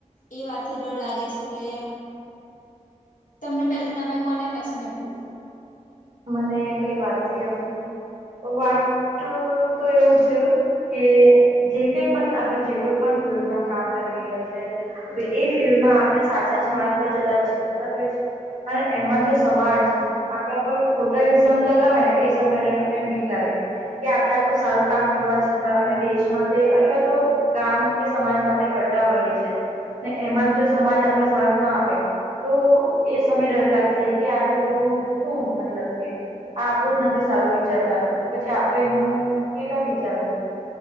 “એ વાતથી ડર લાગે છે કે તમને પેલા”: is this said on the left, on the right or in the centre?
Left